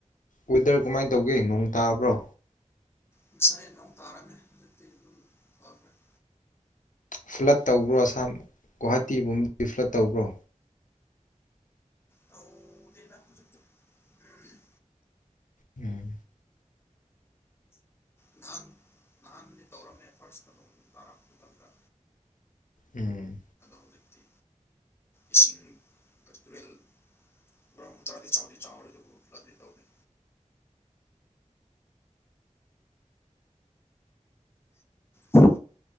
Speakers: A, on the left (about 85°); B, on the left (about 20°).
A: ꯋꯦꯗꯔ ꯀꯃꯥꯏꯅ ꯇꯧꯒꯦ ꯅꯣꯡ ꯇꯥꯕ꯭ꯔꯣ
B: ꯉꯁꯥꯏ ꯅꯣꯡ ꯇꯥꯔꯝꯃꯦ ꯍꯧꯖꯤꯛꯇꯤ ꯗꯨꯝ ꯐꯈꯔ‌ꯦ
A: ꯐ꯭ꯂꯠ ꯇꯧꯕ꯭ꯔꯣ ꯑꯁꯥꯝ ꯒꯨꯍꯥꯇꯤ ꯕꯨꯝ ꯔꯤꯐ꯭ꯂꯠ ꯇꯧꯕ꯭ꯔꯣ
B: ꯇꯧꯗ‌ꯦꯗ ꯍꯧꯖꯤꯛꯇꯤ ꯎꯝ
A: ꯎꯝ
B: ꯅꯍꯥꯟ ꯅꯍꯥꯟꯗꯤ ꯇꯧꯔꯝꯃꯦ ꯐꯥꯔꯁꯇ ꯅꯣꯡ ꯇꯥꯔꯛꯕꯗ
A: ꯎꯝ
B: ꯍꯧꯖꯤꯛꯇꯤ ꯏꯁꯤꯡ ꯇꯨꯔꯦꯜ ꯃꯔ ꯇꯔꯥꯗꯤ ꯆꯥꯎꯗꯤ ꯆꯥꯎꯔꯦ ꯑꯗꯨꯕꯨ ꯐꯂꯠꯗꯤ ꯇꯧꯗ‌ꯦ ꯅꯍꯟ